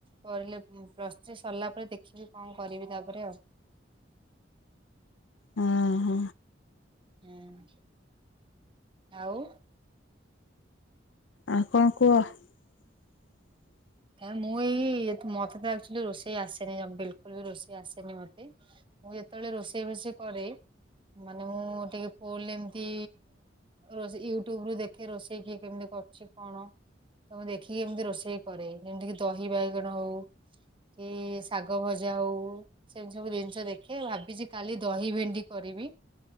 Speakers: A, on the right; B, on the left.
A: ପିଲେ ପ୍ଲସ୍ ଥ୍ରୀ ସରିଲା ପରେ ଦେଖିବି କଣ କରିବି ତାପରେ ଆଉ
B: ହଁ ହ
A: ହୁଁ ଆଉ
B: ଆଉ କଣ କୁହ ହଁ
A: କଁ ମୁଁଇ ମତେ ତଚୁଲି ରୋଷେଇ ଆସେନି ବିଲକୁଲ ବି ରୋଷେଇ ଆସେନି ମତେ ମୁଁ ଯେତେବେଳେ ରୋଷେଇ ଫଷେଇ କରେ ମାନେ ମୁଁ ଟିକେ ଫୁଲ ଏମିତି ରୋଷେଇ ୟୁଟ୍ୟୁବ ରୁ ଦେଖେ ରୋଷେଇ କିଏ କେମିତି କରୁଛି କଣ ତମେ ଦେଖିକି ଏମିତି ରୋଷେଇ କରେ ଯେମିତି କିି ଦହି ବାଇଗଣ ହଉ କି ଶାଗ ଭଜା ହଉ ସେମିତି ସବୁ ଜିନିଷ ଦେଖେ ଭାବିଛି କାଲି ଦହି ଭେଣ୍ଡି କରିବି